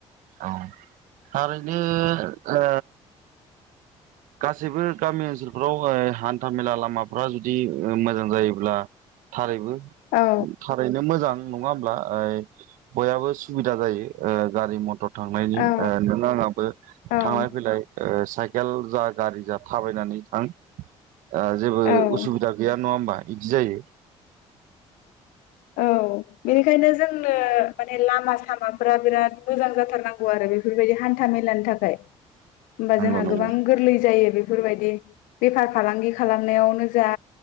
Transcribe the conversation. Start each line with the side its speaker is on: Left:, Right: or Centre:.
Right: औ ओरैनो ओ
Left: <inaudible>
Right: गासैबो गामि ओनसोलफ्राव ओ हान्था मेला लामाफ्रा जुदि मोजां जायोब्ला थारैबो
Left: औ
Right: थारैनो मोजां। नङा होमब्ला ओइ बयहाबो सुबिदा जायो ओ गारि म थर थांनायनि
Left: औ
Right: ओ नों आङाबो
Left: औ
Right: थांलाय फैलाय ओ साइकेल जा गारि जा थाबायनानै थां ओ जेबो
Left: औ
Right: उसुबिदा गैया नङा होमबा? बिदि जायो।
Left: औ बेनिखायनो जोंनो माने लामा सामाफ्रा बिराद मोजां जाथार नांगौ आरो बे फोर बायदि हान्था मेलानि थाखाय होमबा
Right: नंगौ
Left: जोंहा
Right: नंगौ
Left: गोबां गोरलै जायो बे फोरबायदि बेफार फालांगि खालामनायावनो जा